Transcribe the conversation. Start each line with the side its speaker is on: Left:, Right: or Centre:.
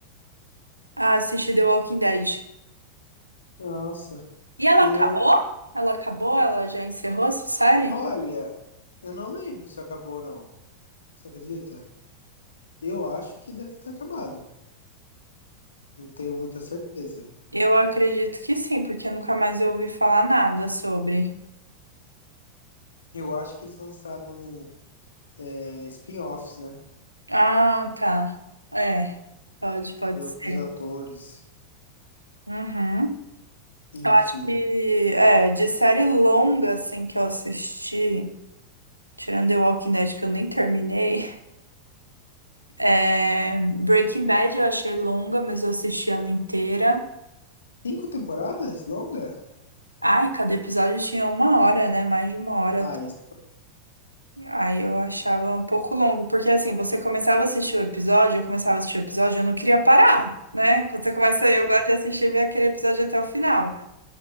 Right: a assistir The Walking Dead.
Left: Nossa,
Right: E ela
Left: eu
Right: acabou? Ela acabou? Ela já encerrou essa série?
Left: Olha, eu não lembro se acabou ou não. Você acredita? Eu acho que deve ter acabado. Não tenho muita certeza.
Right: Eu acredito que sim, porque nunca mais eu ouvi falar nada sobre.
Left: Eu acho que eles lançaram é, spin-offs, né?
Right: Ah, tá. É, pode, pode
Left: De outros
Right: ser.
Left: atores.
Right: Uhum.
Left: Enfim.
Right: Eu acho que, é, de série longa, assim, que eu assisti, tirando The Walking Dead, que eu nem terminei, <laughs> é, Breaking Bad eu achei longa, mas eu assisti ela inteira.
Left: Cinco temporadas? Longa?
Right: Ai, cada episódio tinha uma hora, né? Mais de uma hora.
Left: Ah, isso.
Right: Aí eu achava um pouco longo, porque assim, você começava a assistir o episódio, eu começava a assistir o episódio, eu não queria parar, né? Quando você começa, eu
Left: né?
Right: gosto de assistir e ver aquele episódio até o final,